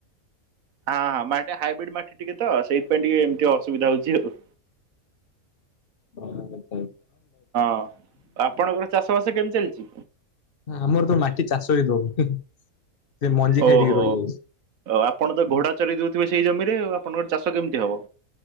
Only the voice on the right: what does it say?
ହଁ ହଁ ମାଟି ହାଇବ୍ରିଡ ମାଟି ଟିକେ ତ ସେଇ ପାଇଁ ଟିକେ ଏମିତି ଅସୁବିଧା ହଉଛି ଆଉ।
ହଁ। ଆପଣଙ୍କର ଚାଷ ବାସ କେମିତି ଚାଲିଛି?
ଓହୋ
ଆପଣ ତ ଘୋଡା ଚରାଇ ଦଉଥିବେ ସେଇ ଜମିରେ ଆଉ। ଆପଣଙ୍କର ଚାଷ କେମିତି ହବ?